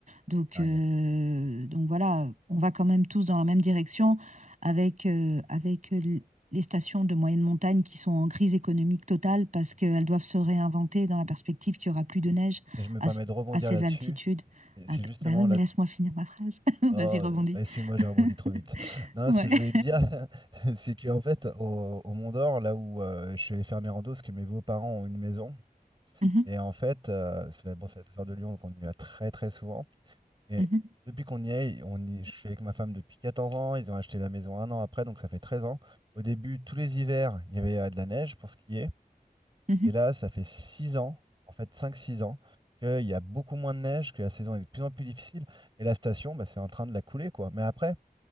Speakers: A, on the right; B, on the right.
A: Donc,
B: Dingue.
A: euh, donc voilà, on va quand même tous dans la même direction avec, euh, avec euh, l- les stations de moyenne montagne qui sont en crise économique totale parce qu'elles doivent se réinventer dans la perspective qu'il y aura plus de neige
B: Et je me
A: à,
B: permets
A: s-
B: de rebondir
A: à ces
B: là-dessus.
A: altitudes.
B: Et C'est
A: Attends,
B: justement
A: bah oui,
B: là.
A: mais laisse-moi finir ma phrase. <laughs> Vas-y,
B: Oh,
A: rebondis.
B: euh, excuse-moi, j'ai rebondi
A: <laughs>
B: trop vite. <laughs> Non,
A: Ouais.
B: ce que je voulais te dire, <laughs> c'est qu'en fait, au, au Mont d'Or, là où euh, je vais faire mes randos, parce que mes beaux-parents ont une maison.
A: Mhm,
B: Et en fait, euh, c'est- bon, c'est à deux heures de Lyon, donc on y va très très souvent. Et
A: mhm.
B: depuis qu'on y est, on y, je suis avec ma femme depuis 14 ans. Ils ont acheté la maison un an après, donc ça fait 13 ans. Au début, tous les hivers, il y avait euh, de la neige pour skier.
A: Mhm,
B: Et là, ça fait 6 ans, en fait cinq six ans, qu'il y a beaucoup moins de neige, que la saison est de plus en plus difficile. Et la station, bah, c'est en train de la couler, quoi. Mais après,